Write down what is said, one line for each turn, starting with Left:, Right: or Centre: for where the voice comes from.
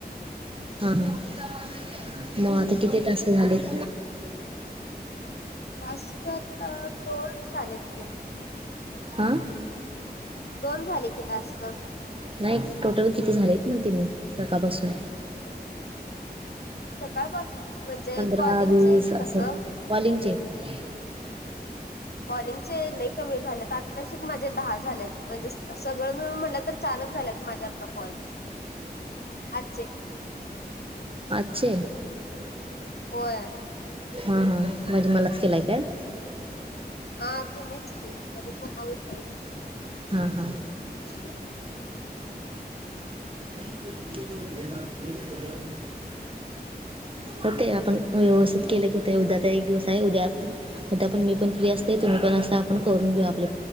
Right: हा मग
Left: हम्म.
Right: आता किती तास झालेत?
Left: जास्तच दोन झालेत की?
Right: आ.
Left: दोन झाले की टास्क?
Right: नाही टोटल किती झालेत म्हणते मी सकाळपासून.
Left: सकाळपासून म्हणजे
Right: पंधरा
Left: कॉलिंगचे
Right: वीस
Left: कि
Right: असं
Left: कसं
Right: कॉलिंगचे. ह.
Left: कॉलिंगचे लई कमी झालेत? नशीब माझे दहा झालेत म्हणजे सगळं मिळून म्हटलं तर चारच झाल्यात माझे आता कॉल. आजचे.
Right: आजचे
Left: होय.
Right: हां हां म्हणजे मलाच केलाय काय? <inaudible>
Left: हा तुम्हीच की आणि कोणाला नाही.
Right: हा हा.
Left: <inaudible>
Right: <inaudible>
Left: <inaudible>
Right: होतय आपण व्यवस्थित केले की होतय उद्या चा एक दिवस आहे उद्या उद्या मी पण फ्री असते तुम्ही पण असताय आपण करून घेऊ आपले